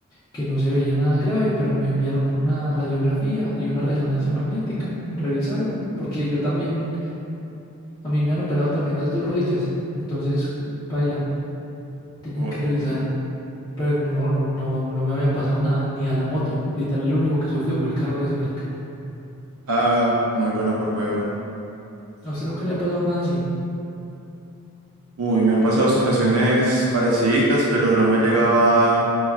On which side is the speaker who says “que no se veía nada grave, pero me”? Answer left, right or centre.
Left